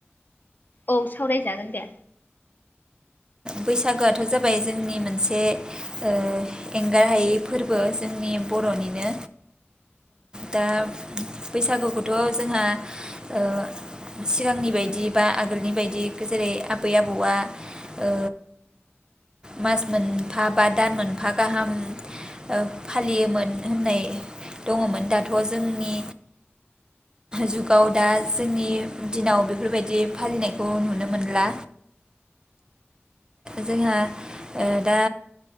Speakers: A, on the left; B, on the right.
A: औ सावरायजागोन दे।
B: बैसागुआथ' जाबाय जोंनि मोनसे ओ एंगार हायै फोरबो, जोंनि बर'निनो, दा बैसागुखौथ' जोंहा ओ सिगांनि बायदि बा आगोलनि बायदि जेरै आबै आबौआ ओ मास मोनफा बा दान मोनफा गाहाम ओ फालियोमोन होननाय दङमोन, दाथ' जोंनि जुगाव दा जोंनि दिनाव बेफोरबायदि फालिनायखौ नुनो मोन मोनला, जोंहा ओ दा